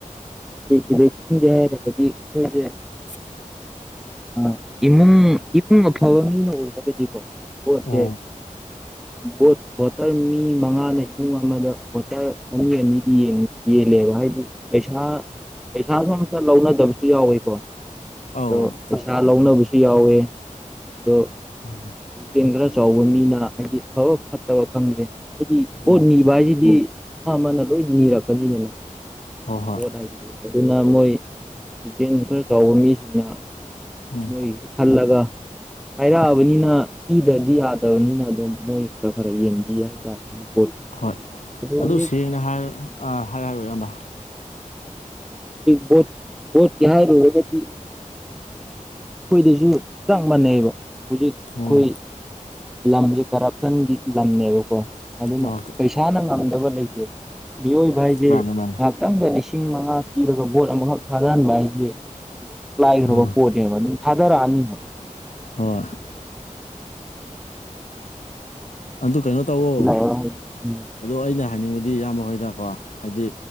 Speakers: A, in the centre; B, on the left.
A: <inaudible> ꯏꯂꯦꯛꯁꯟꯒꯤ ꯍꯥꯏꯔꯒꯗꯤ ꯈꯣꯏꯁꯦ
B: <inaudible>
A: ꯑꯥ ꯏꯃꯨꯡ ꯏꯃꯨꯡ ꯑꯐꯕ ꯃꯤꯅ ꯑꯣꯏꯔꯒꯗꯤꯀꯣ ꯚꯣꯠꯁꯦ
B: ꯑꯣ
A: ꯚꯣꯠ ꯚꯣꯇꯔ ꯃꯤ ꯃꯉꯥꯅ ꯏꯃꯨꯡ ꯑꯃꯗ ꯚꯣꯇꯔ ꯑꯅꯤ ꯑꯅꯤꯗꯤ ꯌꯦꯜꯂꯦꯕ ꯍꯥꯏꯗꯤ ꯄꯩꯁꯥ꯫ ꯄꯩꯁꯥꯗꯣ ꯑꯝꯇ ꯂꯧꯅꯗꯕꯁꯨ ꯌꯥꯎꯋꯦꯀꯣ
B: ꯑꯧ
A: ꯑꯗꯣ ꯄꯩꯁꯥ ꯂꯧꯅꯕꯁꯨ꫰꫰ ꯌꯥꯎꯋꯦ ꯑꯗꯣ꫰꫰
B: ꯎꯝ꯫
A: ꯄꯨꯛꯆꯦꯜ ꯈꯔ ꯆꯥꯎꯕ ꯃꯤꯅ ꯍꯥꯏꯗꯤ ꯐꯕ ꯐꯠꯇꯕ ꯈꯪꯗ꯭ꯔꯦ꯫ ꯍꯥꯏꯗꯤ
B: ꯍꯣꯏ
A: ꯕꯣꯠ ꯅꯤꯕ ꯍꯥꯏꯁꯤꯗꯤ ꯑꯃ ꯑꯃꯅ ꯂꯣꯏ ꯅꯤꯔꯛꯀꯅꯤꯗꯅ꯫
B: ꯍꯣꯏ
A: ꯕꯣꯠ ꯍꯥꯏꯁꯤꯗꯤ ꯑꯗꯨꯅ ꯃꯣꯏ ꯄꯨꯛꯆꯦꯜ ꯈꯔ ꯆꯥꯎꯕ ꯃꯤꯁꯤꯡꯅ꯫
B: ꯎꯝ
A: ꯃꯣꯏ꯫ ꯈꯜꯂꯒ ꯍꯥꯏꯔꯛꯑꯕꯅꯤꯅ ꯄꯤꯗ꯭ꯔꯗꯤ ꯌꯥꯗꯕꯅꯤꯅ ꯑꯗꯨꯝ ꯃꯣꯏ ꯈꯔ ꯈꯔ ꯌꯦꯡꯕ꯫ <unintelligible>
B: ꯍꯣꯏ
A: ꯑꯗꯨ ꯍꯧꯖꯤ꯫
B: ꯁꯦꯡꯅ ꯍꯥꯏ ꯑꯥ ꯍꯥꯏꯔꯣ ꯍꯥꯏꯔꯣ ꯏꯌꯥꯝꯕ꯫
A: ꯕꯣꯠ ꯕꯣꯠꯀꯤ ꯍꯥꯏꯔꯨꯔꯒꯗꯤ꯫ ꯑꯩꯈꯣꯏꯗꯁꯨ ꯆꯞ ꯃꯥꯟꯅꯩ ꯌꯦꯕ ꯍꯧꯖꯤꯛ꯫ ꯑꯩꯈꯣꯏ
B: ꯎꯝ꯫
A: ꯂꯝꯁꯦ ꯀꯔꯞꯁꯟꯒꯤ ꯂꯝꯅꯦꯕꯀꯣ ꯑꯗꯨꯅ
B: ꯑꯣ
A: ꯄꯩꯁꯥꯅ ꯉꯝꯗꯕ ꯂꯩꯇꯦꯕ꯫ ꯃꯤꯑꯣꯏꯕ ꯍꯥꯏꯁꯦ
B: ꯃꯥꯅꯦ ꯃꯥꯅꯦ
A: ꯉꯥꯏꯍꯥꯛꯇꯪꯗ ꯂꯤꯁꯤꯡ ꯃꯉꯥ ꯄꯤꯔꯒ ꯕꯣꯠ ꯑꯃꯈꯛ ꯊꯥꯗꯍꯟꯕ ꯍꯥꯏꯁꯦ꯫ ꯂꯥꯏꯈ꯭ꯔꯕ
B: ꯎꯝ
A: ꯄꯣꯠꯅꯦꯕ ꯑꯗꯨꯝ ꯊꯥꯗꯔꯑꯅꯦꯕ꯫
B: ꯍꯣꯏ ꯑꯗꯨ ꯀꯩꯅꯣ ꯇꯧꯋꯣ
A: <unintelligible>
B: ꯑꯗꯣ ꯑꯩꯅ ꯍꯥꯏꯅꯤꯡꯕꯗꯤ ꯏꯌꯥꯝꯕ ꯍꯣꯏꯗꯀꯣ ꯍꯥꯏꯗꯤ